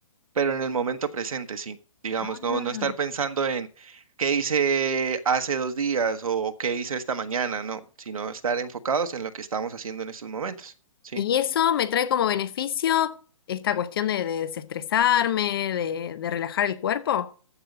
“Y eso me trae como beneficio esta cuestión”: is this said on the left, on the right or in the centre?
Left